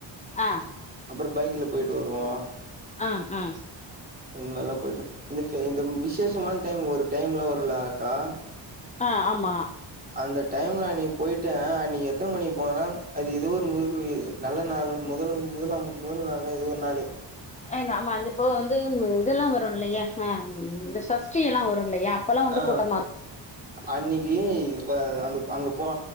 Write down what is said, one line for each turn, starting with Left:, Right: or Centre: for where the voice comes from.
Left: ஆ
Right: அப்றோ பைக்ல போயிட்டு வருவோ
Left: ஆ அ
Right: இந்த மாரிலா போயிட்டு இந்த இந்த விசேஷமான டைம் ஒரு டைம்லா வரும்ல அக்கா
Left: ஆ ஆமா
Right: அந்த டைம்ல அன்னிக்கி போயிட்டே அன்னிக்கி எத்தன மணிக்கு போனேனா அது ஏதோ ஒரு முருக்கர் கோயி நல்ல நாள் முதல் முதல் முதல் நாள்ல எதோ ஒரு நாள்
Left: எ நாம்ம அந்த இப்போ வந்து இதெல்லா வரோ இல்லையா அ ம் இந்த சஷ்டில்லா வரு இல்லையா அப்பல்லாம்
Right: ஆ
Left: வந்து கூட்டமா இருக்கும்.
Right: அன்னிக்கி அ அந்த அங்க போ